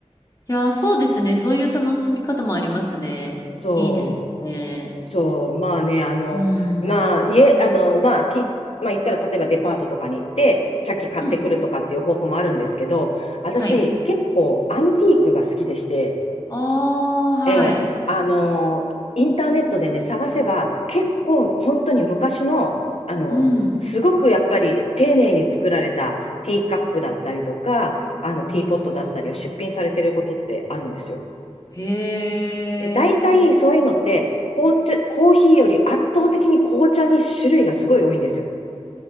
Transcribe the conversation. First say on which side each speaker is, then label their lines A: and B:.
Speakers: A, on the left; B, on the left.
A: いやー、そうですね。そういう楽しみ方もありますね。
B: そう、
A: いいですね。
B: そう、まあね、あの、
A: うー
B: まあ、
A: ん。
B: 家、あの、まあ、き、まあ言ったら例えばデパートとかに行って、茶器買ってくるとかっていう方法もあるんですけど、
A: うん。
B: 私結構アンティークが好きでして、
A: はい。あー、はい。
B: ええ、あのーインターネットでね、探せば、結構本当に昔の、あの、
A: うん。
B: すごくやっぱり丁寧に作られたティーカップだったりとか、あの、ティーポットだったりを出品されてることってあるんですよ。
A: うん。へえ。
B: で、大体そういうのって、紅茶、コーヒーより圧倒的に紅茶に種類がすごい多いんですよ。